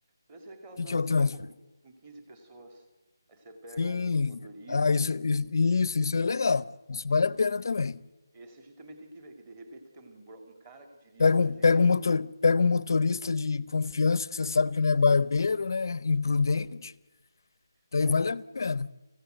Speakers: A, on the right; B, on the left.
A: Deve ser aquelas
B: que
A: vanzinhas
B: que é o transfer?
A: com, qui- com 15 pessoas. Aí você pega
B: Sim,
A: um um motorista.
B: ah, isso, isso, isso isso é legal. Isso vale a pena
A: e-
B: também.
A: Esse a gente também tem que ver, que de repente tem um, bro- um cara que dirige
B: Pega
A: pra
B: um,
A: gente.
B: pega um, motor, pega um motorista de confiança que você sabe que não é barbeiro, né? Imprudente,
A: Sim.
B: daí
A: É,
B: vale a pena.